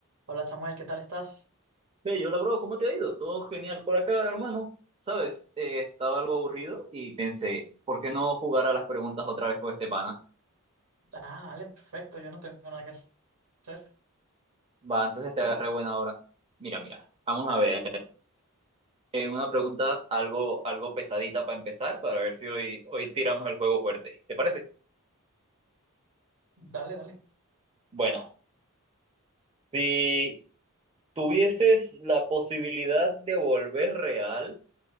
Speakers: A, on the right; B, on the right.
A: Hola Samuel, ¿qué tal estás?
B: Hey, hola bro, ¿cómo te ha ido? Todo genial por acá, hermano. Sabes, Eh, estaba algo aburrido y pensé, ¿por qué no jugar a las preguntas otra vez con este pana?
A: Ah, dale, perfecto, yo no tengo nada que hacer.
B: Va, entonces te agarré buena hora. Mira, mira, vamos a ver. Eh, una pregunta algo, algo pesadita para empezar, para ver si hoy, hoy tiramos el juego fuerte. ¿Te parece?
A: Dale, dale.
B: Bueno, si tuvieses la posibilidad de volver real